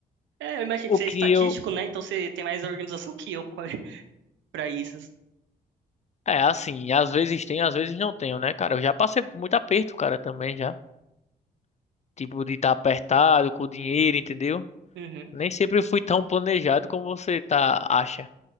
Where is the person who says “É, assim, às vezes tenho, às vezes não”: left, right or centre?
Left